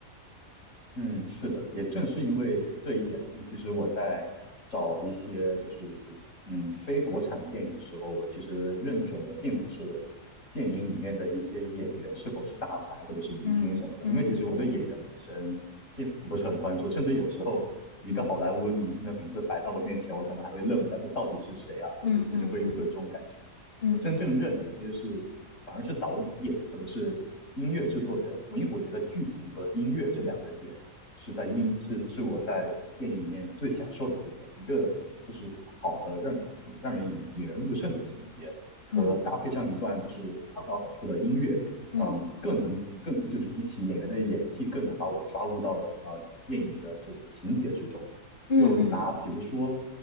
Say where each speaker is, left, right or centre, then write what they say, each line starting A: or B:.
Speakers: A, on the left; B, on the left.
A: 嗯，是的，也正是因为这一点，所以其实我在找一些就是嗯非国产电影的时候，我其实认准的并不是电影里面的一些演员是否是大牌或者是明星什么的，
B: 嗯嗯嗯
A: 因为其实我对演员本身并不是很关注，甚至有时候一个好莱坞影星的名字摆在我面前，
B: 嗯
A: 我可能还会愣一下，这到底是谁啊？我就我就会有会有这种感觉。
B: 嗯嗯嗯嗯
A: 我真正认的其实是反而是导演或者是音乐制作人，我因为我觉得剧情和音乐这两个点。是在映是是我在电影里面最享受的部分，一个就是好的让让人引引人入胜的情节，和搭配上一段就是恰到好处的音乐，
B: 嗯嗯
A: 嗯，更能更就是比起演员的演技，更能把我抓入到呃电影的这种情节之中。
B: 嗯嗯，
A: 就拿比如说，